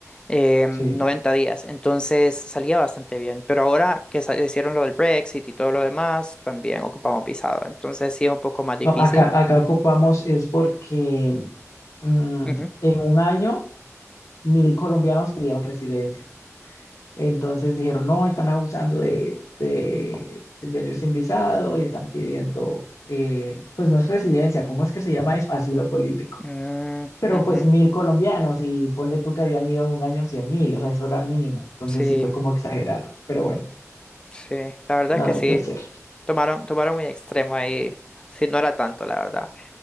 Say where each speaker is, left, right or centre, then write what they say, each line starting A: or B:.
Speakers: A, on the left (about 15°); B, on the left (about 85°).
A: eh, 90
B: sí.
A: días. Entonces salía bastante bien. Pero ahora que sa- hicieron lo del Brexit y todo lo demás, también ocupamos visado. Entonces sí es un poco más difícil.
B: No, acá, acá ocupamos es porque mm,
A: Ujú.
B: en un año mil colombianos pidieron residencia. Entonces dijeron, no, están abusando de, de venir sin visado y están pidiendo, eh, pues no es residencia, ¿cómo es que se llama eso? Asilo político.
A: Mm,
B: Pero
A: ujú.
B: pues mil colombianos y ponle tú que habían ido en un año cien mil, o sea, eso era mínimo. Entonces
A: Sí,
B: sí fue como exagerado, pero bueno,
A: sí. La verdad
B: nada
A: es que sí.
B: que hacer.
A: Tomaron, tomaron muy extremo ahí. Sí, no era tanto, la verdad.